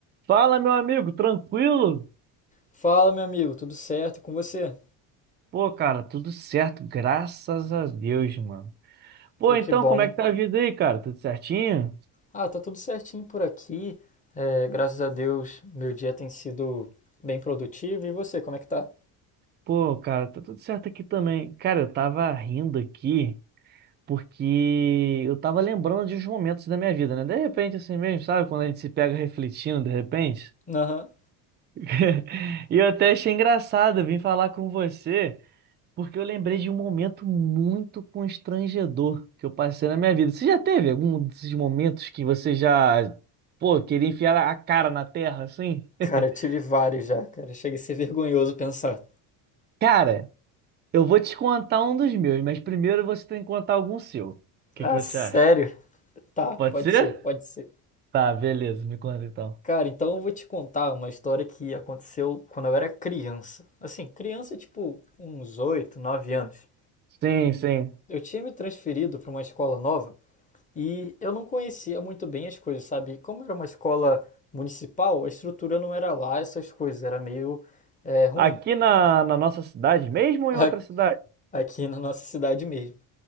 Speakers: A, on the right; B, on the left.
A: Fala, meu amigo, tranquilo?
B: Fala, meu amigo, tudo certo E com você?
A: Pô, cara, tudo certo, graças a Deus, mano. Pô,
B: Pô,
A: então,
B: que bom.
A: como é que tá a vida aí, cara? Tudo certinho?
B: Ah, tá tudo certinho por aqui. É, graças a Deus, meu dia tem sido bem produtivo. E você, como é que tá?
A: Pô, cara, tá tudo certo aqui também. Cara, eu tava rindo aqui porque eu tava lembrando de uns momentos da minha vida, né? De repente, assim mesmo, sabe? Quando a gente se pega refletindo, de repente.
B: Aham.
A: <laughs> E eu até achei engraçado, eu vim falar com você. Porque eu lembrei de um momento muito constrangedor que eu passei na minha vida. Você já teve algum desses momentos que você já, pô, queria enfiar a cara na terra assim?
B: Cara,
A: <laughs>
B: eu tive vários já, cara. Chega a ser vergonhoso pensar.
A: Cara, eu vou te contar um dos meus, mas primeiro você tem que contar algum seu. O que
B: Ah,
A: que você
B: sério?
A: acha?
B: Tá,
A: Pode
B: pode
A: ser?
B: ser, pode ser.
A: Tá, beleza, me conta então.
B: Cara, então eu vou te contar uma história que aconteceu quando eu era criança. Assim, criança, tipo, uns 8, 9 anos.
A: Sim, sim.
B: Eu tinha me transferido para uma escola nova E eu não conhecia muito bem as coisas, sabe? Como era uma escola municipal, a estrutura não era lá essas coisas, era meio é, ruim
A: Aqui na, na nossa cidade, mesmo
B: <laughs>
A: ou
B: a-
A: em outra cidade?
B: aqui na nossa cidade mesmo.